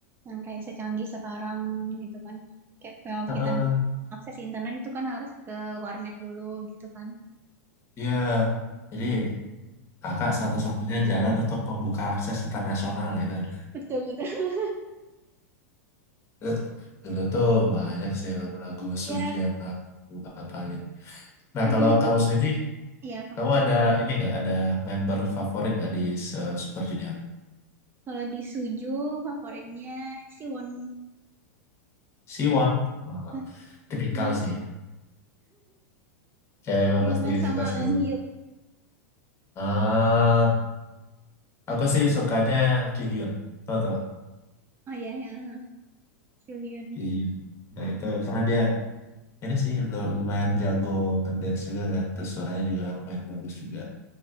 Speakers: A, on the right; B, on the left.
A: yang kayak secanggih sekarang gitu kan kayak kalau
B: heeh.
A: kita mis- akses internet itu kan harus ke warnet dulu gitu kan
B: Iya. jadi kakak satu-satunya jalan untuk membuka akses internasional gitu kan.
A: betul betul.
B: Terus dulu tuh banyak sih lagu-lagu
A: Iya,
B: Suju yang aku hafalin nah
A: lagi
B: kalau
A: juga.
B: kamu sendiri
A: Iya apa?
B: Kamu ada ini nggak ada member favorit nggak di se- Super Junior?
A: Kalau di Suju favoritnya si Won,
B: Siwon, Ah,
A: Hah,
B: tipikal
A: dulu
B: sih. Cewek mah
A: si
B: pasti
A: Won sama
B: suka Siwon.
A: Eun Hyuk.
B: Ah, aku sih sukanya Kyuhyun. Tau tau
A: Oh iya ya, Soo Hyun.
B: Kyuhyun. Nah itu karena dia ini sih lu- lumayan jago ngedance juga kan. Terus suaranya juga lumayan bagus juga.